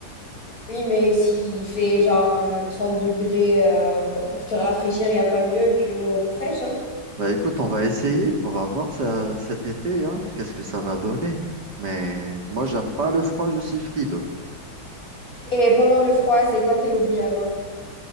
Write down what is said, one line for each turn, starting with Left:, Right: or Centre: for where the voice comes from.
Left: Oui, mais s'il fait genre euh, 30 degrés euh, pour te rafraîchir, il n'y a pas mieux qu'une eau fraîche, hein.
Right: Bah, écoute, on va essayer, on va voir ça, cet été, hein, qu'est-ce que ça va donner. Mais moi, j'aime pas le froid, je suis frileux.
Left: Et pendant le froid, c'est quoi tes hobbies alors?